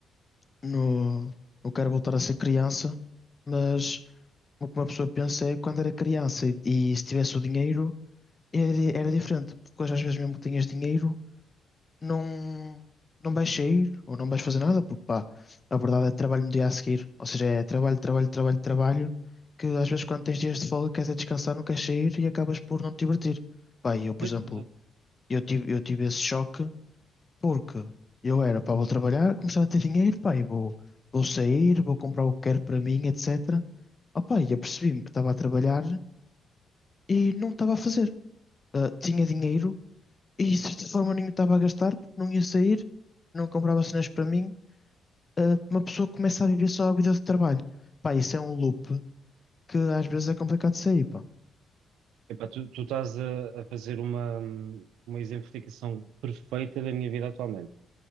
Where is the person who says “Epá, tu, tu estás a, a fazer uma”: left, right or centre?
Right